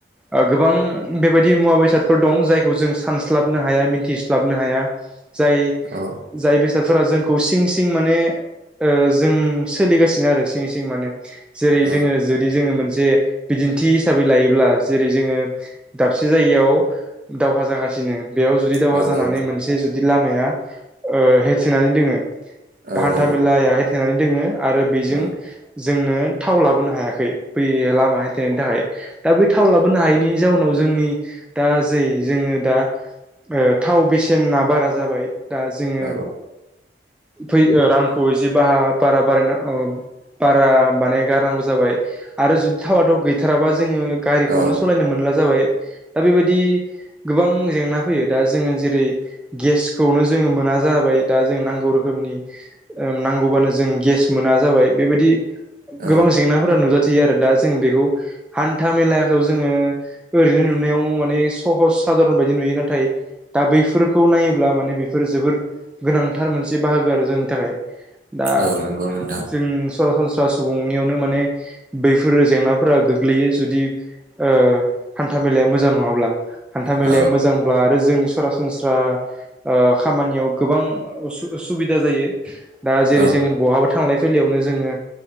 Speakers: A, in the centre; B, on the right.
A: ओ गोबां बेबायदि मुवा बेसादफोर दं जायखौ जों सानस्लाबनो हाया मिथिस्लाबनो हाया। जाय
B: औ
A: जाय बे साबेदफोरा जोंखौ सिं सिं माने ओ जों सोलिगासिनो आरो सिं सिं माने जेरै
B: औ
A: जोङो जुदि जोङो मोनसे बिदि न्थि हिसाबै लायोब्ला जेरै जोङो दाबसे जायगायाव दावहा जागासिनो बेयाव जुदि दावहा
B: औ
A: जानानै मोनसे जुदि लामाया ओ होेथेनानै दोङो।
B: औ
A: हान्था
B: औ
A: मेेलाया होथेनानै दोङो आरो बेजों
B: औ
A: जोंनो थाव लाबोनो हायाखै बै लामा हानथिनायनि थाखाय दा बै थाव लाबोनो हायैनि जाउनाव जोंनि दा जै जोङो दा ओ थाव बेसेना बारा जाबाय दा जोङो।
B: औ
A: फै रांखौ एसे बा बारा बारायना बारा माने गारनांगौ जाबाय आरो जुदि थावाथ' गैथाराबा जोङो गारिखौनो
B: औ
A: सालायनो मोनला जाबाय। दा बेबायदि गोबां जेंना फैयो दा जोङो जेरै गेसखौनो जोङो मोना, मोना जाबाय दा जों नांगौ रोखोमनि नांगौबानो जों गेस मोना जाबाय बेबायदि,
B: औ
A: गोबां जेंनाफोरा नुजाथियो आरो दा जों बेखौ, हान्था मेलाखौ जोङो ओरैनो नुनायाव माने सहस सादारन बायदि नुयो नाथाय, दा बैफोरखौ नायोब्ला माने बेफोरो जोबोद गोनांथार मोनसे बाहागो आरो जोंनि थाखाय, दा
B: औ नंगौ नोंथां
A: जों सरासनस्रा सुबुंनियावनो माने बैफोर जेंना, फोरा गोग्लैयो जुदि ओ हान्था मेलाया मोजां नङाब्ला हान्था मेलाया
B: औ
A: मोजांब्ला आरो जोंनि सरासनस्रा ओ खामानियाव गोबां सुबिदा जायो। दा जेरै
B: औ
A: जों बहाबो थांलाय फैलायायावनो जोङो